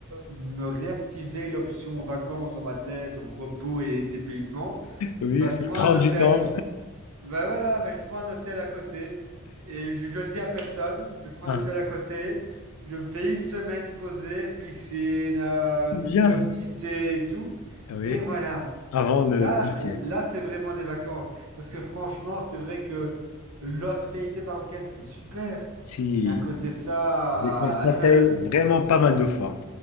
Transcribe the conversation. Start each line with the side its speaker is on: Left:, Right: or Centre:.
Right: me réactiver l'option vacances dans ma tête, repos et dépaysement,
Left: oui,
Right: bah je
Left: ça
Right: prends
Left: prend
Right: un hôtel.
Left: du temps.
Right: Bah voilà, mais je prends un hôtel à côté et je, je le dis à personne, je prends
Left: Ah,
Right: un hôtel à côté. Je me fais une semaine posée, piscine, euh,
Left: bien.
Right: le petit thé et tout.
Left: Oui,
Right: Et voilà.
Left: avant de
Right: Là,
Left: partir.
Right: là, c'est vraiment des vacances. Parce que franchement, c'est vrai que l'hospitalité marocaine, c'est super.
Left: Si.
Right: Mais à côté de ça,
Left: J'ai constaté
Right: <laughs>
Left: vraiment pas mal de fois.